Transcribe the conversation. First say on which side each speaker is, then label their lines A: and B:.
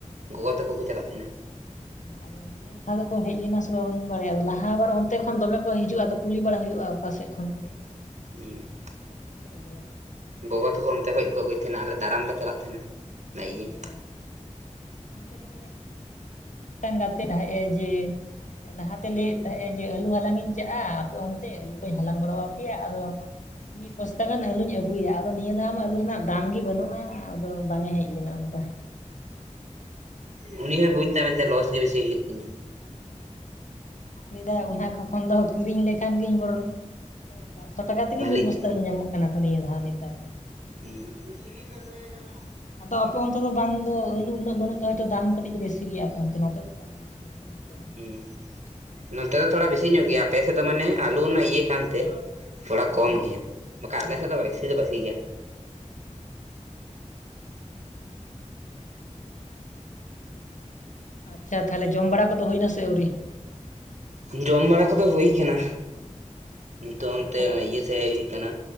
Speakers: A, on the right; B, on the left.
A: ᱜᱚᱜᱚ ᱛᱟᱠᱚ ᱠᱚ ᱪᱟᱞᱟᱜ ᱛᱟᱦᱮᱱᱟ
B: ᱚ ᱟᱫᱚ ᱱᱤ ᱱᱤᱫᱷᱟᱣ ᱫᱚᱠᱚ ᱦᱮᱡ ᱞᱮᱱᱟ ᱥᱮ ᱵᱟᱝ ᱵᱟᱹᱧ ᱵᱟᱲᱟᱭᱟ ᱞᱟᱦᱟᱵᱟᱨ ᱚᱱᱛᱮ ᱠᱷᱚᱱ ᱫᱚᱢᱮ ᱠᱚ ᱦᱤᱡᱩᱜᱼᱟ ᱟᱫᱚ ᱠᱩᱞᱤ ᱵᱟᱲᱟ ᱦᱩᱭᱩᱜᱼᱟ ᱚᱠᱟᱥᱮᱫ ᱠᱷᱚᱱ ᱯᱮ ᱦᱮᱡ ᱟᱠᱟᱱᱟ
A: ᱦᱮᱸ
B: ᱟᱫᱚ ᱚᱱᱛᱮ ᱠᱚ ᱞᱟᱹᱭᱟ
A: ᱜᱚᱜᱚ ᱛᱟᱠᱚ ᱚᱱᱛᱮ ᱠᱷᱚᱡ ᱠᱚ ᱟᱹᱜᱩᱭᱮᱫ ᱛᱟᱦᱮᱸᱱᱟ ᱟᱞᱮ ᱫᱟᱨᱟᱢ ᱞᱮ ᱪᱟᱞᱟᱜ ᱛᱟᱦᱮᱸᱱᱟ ᱵᱷᱟᱹᱜᱤ ᱜᱤ
B: ᱚ ᱚᱱᱛᱮᱨᱮᱜᱤ ᱢᱤᱫᱼᱴᱟᱝ ᱜᱟᱛᱮ ᱛᱟᱦᱮᱸᱜᱼ ᱮ ᱡᱮ ᱞᱟᱦᱟᱛᱮ ᱛᱮ ᱞᱟᱹᱭᱮᱫ ᱛᱟᱸᱦᱮᱫ ᱡᱮ ᱟᱹᱞᱩ ᱦᱟᱞᱟᱝ ᱤᱧ ᱪᱟᱜ ᱟ ᱟᱯᱮ ᱚᱱᱛᱮ ᱟᱹᱞᱩ ᱠᱚᱧ ᱦᱟᱞᱟᱝ ᱜᱚᱲᱚ ᱟᱯᱮᱭᱟ ᱟᱫᱚ ᱢᱤᱫ ᱵᱚᱥᱛᱟ ᱜᱟᱱ ᱟᱹᱞᱩᱧ ᱟᱹᱜᱩᱭᱟ ᱟᱫᱚ ᱱᱤᱭᱟᱹᱫᱷᱟᱣ ᱢᱟ ᱟᱞᱩ ᱨᱮᱱᱟᱜ ᱫᱟᱢ ᱜᱤ ᱵᱟᱹᱱᱩᱜᱼᱟ ᱟᱫᱚ ᱵᱟᱝ ᱮ ᱦᱮᱡ ᱞᱮᱱᱟ ᱚᱱᱠᱟ
A: ᱚ ᱩᱱᱤ ᱦᱚᱸᱭ ᱵᱩᱡ ᱫᱟ ᱢᱮᱱᱛᱮ ᱞᱚᱥ ᱜᱤ ᱵᱮᱥᱤ ᱦᱩᱭᱩᱜ ᱛᱤᱧᱟᱹ
B: ᱞᱟᱹᱭᱫᱟᱭ ᱚᱱᱟ ᱠᱚ ᱠᱷᱚᱱ ᱫᱚ ᱠᱤᱨᱤᱧ ᱞᱮᱠᱷᱟᱱ ᱜᱤᱧ ᱵᱚᱨᱚᱱ ᱵᱟᱨᱥᱚ ᱴᱟᱠᱟ ᱛᱮᱜᱮ
A: ᱵᱷᱟᱞᱤᱜ
B: ᱢᱤᱫ ᱵᱚᱥᱛᱟ
A: ᱛᱤᱧᱟᱹ
B: ᱟᱹᱞᱩ ᱧᱟᱢᱚᱜ ᱠᱟᱱᱟ ᱛᱚ ᱱᱤᱭᱟᱹ ᱫᱷᱟᱣ ᱱᱮᱛᱟᱨ ᱫᱚ
A: ᱦᱩᱸ ᱩᱱ ᱪᱤᱞᱤ ᱯᱮ ᱠᱚᱭᱮ ᱠᱟᱱᱟ
B: ᱟᱫᱚ ᱟᱯᱮ ᱚᱱᱛᱮ ᱫᱚ ᱵᱟᱝ ᱫᱚ ᱟᱹᱞᱩ ᱩᱱᱟᱹᱜ ᱵᱟᱹᱱᱩᱜ ᱛᱮ ᱦᱚᱭ ᱛᱚ ᱫᱟᱢ ᱠᱟᱹᱴᱤᱡ ᱫᱚ ᱵᱤᱥᱤ ᱜᱮᱭᱟ ᱟᱯᱮᱚᱱᱛᱮ ᱱᱚᱛᱮ ᱫᱚ ᱫᱟᱢ ᱵᱮᱥᱤ ᱵᱟᱱᱩᱜ ᱱᱤᱛᱚᱜ ᱦᱚᱸ
A: ᱦᱮᱸ ᱱᱚᱛᱮ ᱫᱚ ᱛᱷᱚᱲᱟ ᱵᱤᱥᱤ ᱧᱚᱜ ᱜᱮᱭᱟ ᱟᱯᱮ ᱥᱮᱫ ᱫᱚ ᱢᱟᱱᱮ ᱟᱞᱩ ᱨᱮᱱᱟᱜ ᱤᱭᱟᱹ ᱠᱟᱱ ᱛᱮ ᱛᱷᱚᱲᱟ ᱠᱚᱢ
B: ᱦᱩᱸ
A: ᱜᱮᱭᱟ ᱵᱟᱠᱷᱟᱡ
B: ᱦᱩᱸ
A: ᱟᱞᱮ ᱥᱮᱫ ᱫᱚ ᱣᱟᱹᱭᱥᱤ ᱫᱚ ᱵᱟᱹᱥᱤ ᱜᱮᱭᱟ
B: ᱟᱪᱪᱷᱟ ᱛᱟᱦᱚᱞᱮ ᱡᱚᱢ ᱵᱟᱲᱟ ᱠᱚᱫᱚ ᱦᱩᱭᱱᱟ ᱥᱮ ᱟᱹᱣᱨᱤ
A: ᱡᱚᱢ ᱵᱟᱲᱟ ᱠᱚᱫᱚ ᱦᱩᱭ ᱟᱠᱟᱱᱟ ᱱᱤᱛᱚᱜ
B: ᱛᱩᱯᱩ
A: ᱚᱱᱛᱮ ᱤᱭᱟᱹ ᱥᱮᱡ ᱦᱮᱡ ᱦᱩᱭ ᱠᱟᱱᱟ